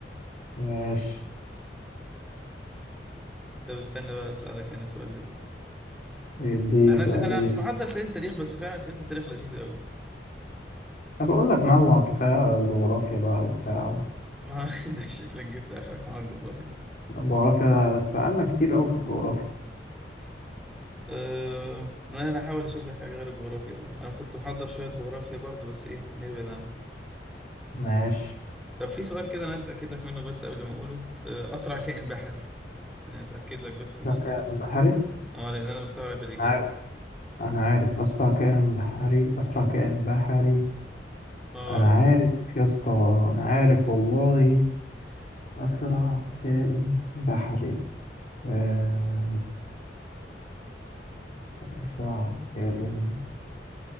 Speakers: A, on the left; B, in the centre.
A: ماشي
B: طب استنى بقى اسالك انا سؤال لذيذ
A: اديني
B: انا
A: سؤال
B: انا
A: لذيذ
B: مش محضر اسئله التاريخ بس فعلا اسئله التاريخ لذيذه قوي
A: انا بقول لك نوع كفايه جغرافيا بقى وبتاع
B: ما <laughs> ده شكلك جبت اخرك مع الجغرافيا
A: الجغرافيا سألنا كتير قوي في الجغرافيا
B: أه... لا انا هحاول اشوف لك حاجه غير الجغرافيا أوي. انا كنت محضر شويه جغرافيا برضو بس ايه نبعد عنه
A: ماشي
B: طب في سؤال كده انا عايز اتاكد لك منه بس قبل ما اقوله أه، اسرع كائن بحري انا اتاكد لك بس
A: اسرع
B: من السؤال
A: كائن
B: ده.
A: بحري
B: اه لان انا مستغرب الاجابه
A: انا عارف انا عارف اسرع كائن بحري اسرع كائن بحري
B: اه
A: انا عارف يا اسطى انا عارف والله اسرع كائن بحري آه، اسرع كائن